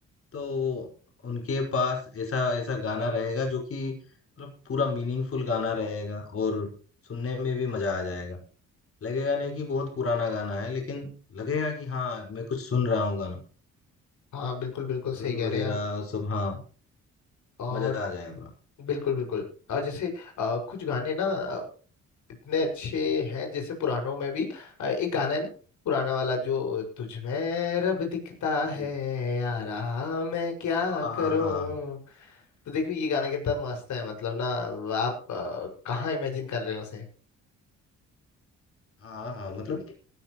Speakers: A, on the left; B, on the left.
A: तो उनके पास ऐसा ऐसा गाना रहेगा जो कि मतलब पूरा मीनिंगफुल गाना रहेगा और सुनने में भी मजा आ जाएगा लगेगा नहीं कि बहुत पुराना गाना है लेकिन लगेगा कि हाँ मैं कुछ सुन रहा हूँ गाना
B: हाँ बिल्कुल बिल्कुल सही
A: धुन
B: कह
A: वगैरह
B: रहे हैं आप
A: और सब हाँ
B: और
A: मजा आ जाएगा पूरा
B: बिल्कुल बिल्कुल और जैसे अ, कुछ गाने ना इतने अच्छे हैं जैसे पुरानों में भी अ, एक गाना है ना पुराना वाला जो तुझ में रब दिखता
A: हम्म।
B: है यारा मैं क्या
A: हाँ
B: करूं
A: हाँ हाँ
B: तो देखो ये गाना कितना मस्त है मतलब ना आप अ, कहाँ इमेजिन कर रहे हो उसे
A: हाँ हाँ मतलब